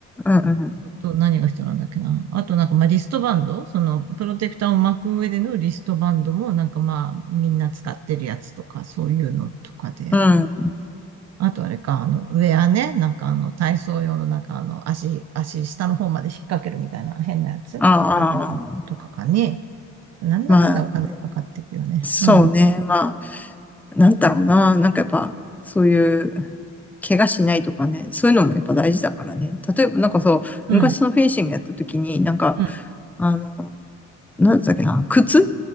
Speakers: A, in the centre; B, on the right.
A: うん、うん。
B: と何が必要なんだっけな。あとなんかまあリストバンドそのプロテクターを巻く上でのリストバンドもなんかまあみんな使ってるやつとかそういうのとかで。
A: うん。
B: あとあれか、あのウェアね。なんかあの体操用のなんかあの足、足下の方まで引っ掛けるみたいな変なやつ変なやつとかかね。
A: ああ、ああ
B: なんだかんだお金かかっていくよね。
A: まあ、そうね。
B: うん。
A: まあ、なんだろうな。なんかやっぱ、そういう、怪我しないとかね、そういうのもやっぱ大事だからね。例えばなんかそう、
B: うん。
A: 昔そのフェンシングやった時に、なんか、
B: うん。
A: あの、なんだっけな、靴